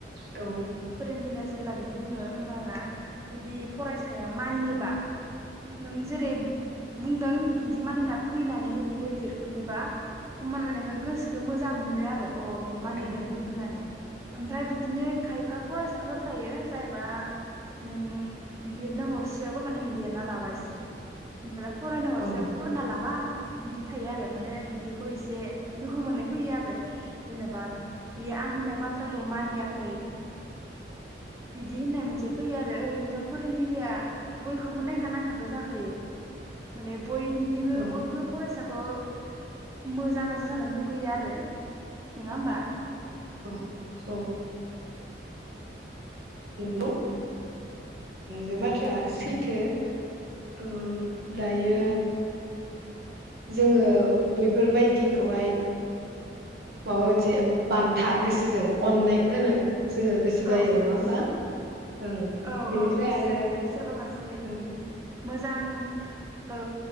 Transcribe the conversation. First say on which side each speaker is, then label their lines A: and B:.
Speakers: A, on the right; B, on the right.
A: औ
B: रोंगिना जेला बिदि बुङो होमबाना जुदि फरायसाया मानियोबा नों जेरै बुंदों बिदि मानिना फैनानै बियो लिरफैयोबा होमबाना नोङो गोसोखो मोजां मोनो आरो अ बियो मा मानिदों
A: औ
B: होननानै ओमफ्राय बिदिनो खायफा फरायसाफोर थायो जायबा नों लिरनो हरसेयावबो माने लिरना लाबाय बिसोरो ओमफ्राय। फरायनो हरसे
A: औ
B: फुरना लाबा बिदि थायो आरो माने बिदिखौ एसे दुखु मोननाय फैयो आरो जेनेबा बेयो आं होननाय बाथ्राखौ मानियाखै बिदि होननाय मोनसे फैयो आरो ओरैनोथ' फोरोंगिरिया बयखौबो नायखानांखागो जाखायो माने बयनिबो
A: औ
B: बयबो फरायसाखौ खौ मोजां जानो लुगैयो आरो नङा होमबा?
A: औ औ।
B: औ
A: नंगौ बे
B: उम
A: बाथ्राया सैथो।
B: उम
A: ओ दायो
B: उम
A: जोङो बैफोरबायदिखौहाय माबा मोनसे बान्था गोसोजों अननाय होनो जोङो गोसो
B: औ
A: जायो नङा होमबा ओं
B: औ
A: बेनिफ्राय
B: औ गोसो
A: आरो
B: जायो सोरबाखासे
A: ओं
B: उम मोजां ओ